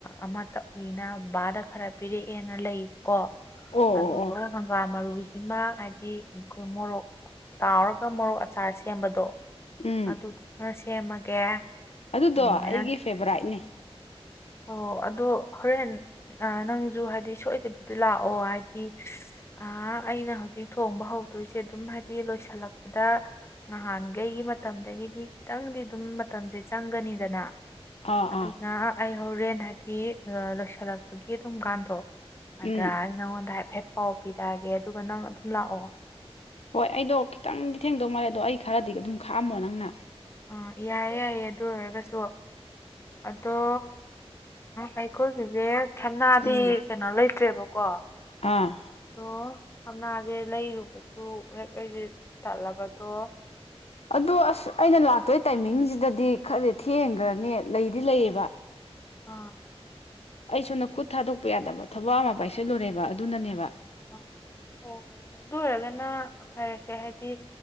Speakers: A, on the left; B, on the left.
A: ꯑꯃꯇ ꯀꯨꯏꯅ ꯕꯥꯗ ꯈꯔ ꯄꯤꯔꯛꯑꯦꯅ ꯂꯩꯕꯀꯣ
B: ꯑꯣ ꯑꯣ
A: ꯑꯗꯨꯗꯨꯒ
B: ꯑꯣ
A: ꯍꯪꯒꯥꯝ ꯃꯔꯨꯁꯤꯃ ꯍꯥꯏꯗꯤ ꯑꯩꯈꯣꯏ ꯃꯣꯔꯣꯛ ꯇꯥꯎꯔꯒ ꯃꯣꯔꯣꯛ ꯑꯆꯥꯔ ꯁꯦꯝꯕꯗꯣ
B: ꯎꯝ
A: ꯑꯗꯨꯗꯨꯅ ꯁꯦꯝꯃꯒꯦ
B: ꯑꯗꯨꯗꯣ
A: ꯑꯗꯨꯃꯥꯏꯅ
B: ꯑꯩꯒꯤ ꯐꯦꯕꯣꯔꯥꯏꯠꯅꯤ
A: ꯑꯣ ꯑꯗꯣ ꯍꯣꯔꯦꯟ ꯅꯪꯁꯨ ꯍꯥꯏꯗꯤ ꯁꯣꯏꯗꯕꯤꯗ ꯂꯥꯛꯑꯣ ꯍꯥꯏꯗꯤ ꯑ ꯑꯩꯅ ꯍꯧꯖꯤꯛ ꯊꯣꯡꯕ ꯍꯧꯗꯣꯏꯁꯦ ꯑꯗꯨꯝ ꯍꯥꯏꯗꯤ ꯂꯣꯏꯁꯤꯜꯂꯛꯄꯗ ꯅꯍꯥꯟꯈꯩꯒꯤ ꯃꯇꯝꯗꯒꯤꯗꯤ ꯈꯤꯇꯪꯗꯤ ꯑꯗꯨꯝ ꯃꯇꯝꯁꯦ ꯆꯪꯒꯅꯤꯗꯅ
B: ꯑꯥ
A: ꯑꯗꯨꯅ
B: ꯑꯥ
A: ꯑꯩ ꯍꯣꯔꯦꯟ ꯍꯥꯏꯕꯗꯤ ꯂꯣꯏꯁꯤꯜꯂꯛꯄꯒꯤ ꯑꯗꯨꯝꯀꯥꯟꯗꯣ
B: ꯎꯝ
A: ꯑꯗ ꯑꯩ ꯅꯪꯉꯣꯟꯗ ꯍꯥꯏꯐꯦꯠ ꯄꯥꯎ ꯄꯤꯔꯛꯑꯒꯦ ꯑꯗꯨꯒ ꯅꯪ ꯑꯗꯨꯝ ꯂꯥꯛꯑꯣ
B: ꯍꯣꯏ ꯑꯩꯗꯣ ꯈꯤꯇꯪꯗꯤ ꯊꯦꯡꯗꯧ ꯃꯥꯔꯦ ꯑꯗꯣ ꯑꯩ ꯈꯔꯗꯤ ꯑꯗꯨꯝ ꯈꯥꯛꯑꯝꯃꯣ ꯅꯪꯅ
A: ꯑꯥ ꯌꯥꯏꯌꯦ ꯌꯥꯏꯌꯦ ꯑꯗꯨ ꯑꯣꯏꯔꯒꯁꯨ ꯑꯗꯣ ꯑꯩꯈꯣꯏꯒꯤꯁꯦ ꯊꯅꯥꯗꯤ
B: ꯎꯝ
A: ꯀꯩꯅꯣ ꯂꯩꯇ꯭ꯔꯦꯕꯀꯣ
B: ꯑꯥ
A: ꯑꯗꯣ ꯁꯝꯅꯥꯁꯦ ꯂꯩꯔꯨꯕꯁꯨ ꯍꯦꯛ ꯍ ꯇꯠꯂꯕꯗꯣ
B: ꯑꯗ ꯑꯁ ꯑꯩꯅ ꯂꯥꯛꯇꯣꯏ ꯇꯥꯏꯃꯤꯡꯁꯤꯗꯗꯤ ꯈꯔꯗꯤ ꯊꯦꯡꯈ꯭ꯔꯅꯤ ꯂꯩꯗꯤ ꯂꯩꯌꯦꯕ
A: ꯑꯥ
B: ꯑꯩ ꯁꯣꯟꯅ ꯈꯨꯠ ꯊꯥꯗꯣꯛꯄ ꯌꯥꯗꯕ ꯊꯕꯛ ꯑꯃ ꯄꯥꯏꯁꯤꯜꯂꯨꯔꯦꯕ ꯑꯗꯨꯅꯅꯦꯕ
A: ꯎ ꯑꯣ ꯑꯗꯨ ꯑꯣꯏꯔꯒꯅ ꯐꯔꯁꯦ ꯍꯥꯏꯗꯤ